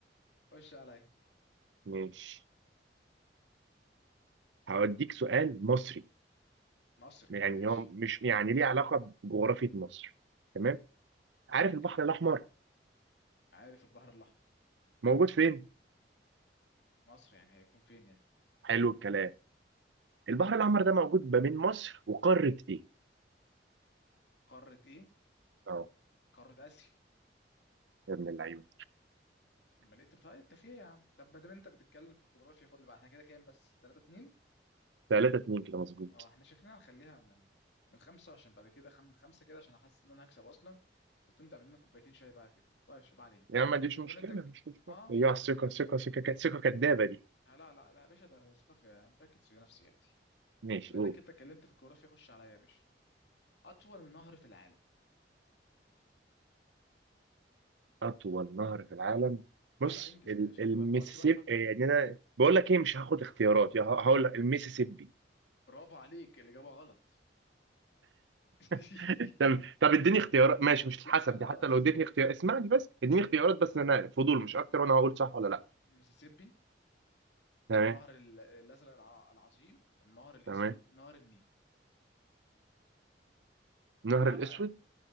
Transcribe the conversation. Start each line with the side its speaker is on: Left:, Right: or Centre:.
Left: خش عليا
Right: <laughs> ماشي هوديك سؤال مصري
Left: مصري
Right: يعني
Left: ماشي
Right: هو مش يعني ليه علاقة بجغرافية مصر تمام
Left: اوكي
Right: عارف البحر الأحمر
Left: عارف البحر الأحمر
Right: موجود فين؟
Left: مصر يعني هيكون فين يعني
Right: حلو الكلام البحر الأحمر ده موجود ما بين مصر وقارة إيه؟
Left: قارة ايه
Right: اه
Left: قارة آسيا
Right: يا ابن اللعيبة
Left: امال إيه؟ طب طيب، انت فيها يا عم طب ما دام انت بتتكلم في الجغرافيا خد اللي بقى احنا كده كام بس 3 2
Right: 3 2 كده مظبوط
Left: اه احنا شكلنا هنخليها م- من خمسة عشان بعد كده خم... خمسة كده عشان احس ان انا هكسب اصلا وتقوم تعمل لنا كوبايتين شاي بعد كده طيب شو بقى علينا
Right: يا عم ما عنديش مشكلة
Left: ما دام انت ك-
Right: مش مشكلة
Left: اه
Right: هي الثقة
Left: ما دام
Right: ثقة ثقة ك- ثقة كدابة دي
Left: آه، لا لا لا يا باشا ده ده ثقافة انا متأكد في نفسي يا ابني
Right: ماشي
Left: بما
Right: قول
Left: انك انت اتكلمت في الجغرافيا خش عليا يا باشا اطول نهر في العالم
Right: أطول نهر في العالم بص
Left: اه لا انجز
Right: ال-
Left: يا باشا
Right: المسيسيبي
Left: هت- ما تقعدش بقى تفكر
Right: يعني
Left: كتير
Right: أنا بقول لك إيه مش هاخد اختيارات يا ه- هقول لك المسيسيبي
Left: برافو عليك الإجابة غلط <laughs>
Right: <laughs> طب طب اديني اختيارات ماشي مش
Left: لا
Right: هتحسب
Left: خلاص
Right: دي حتى لو اديتني اختيار اسمعني بس اديني اختيارات بس أنا فضول مش أكتر وأنا هقول صح ولا لأ
Left: ميسيسيبي
Right: تمام
Left: النهر ال- الازرق الع- العظيم النهر الاسود
Right: تمام
Left: نهر النيل
Right: النهر
Left: لا
Right: الأسود
Left: بقى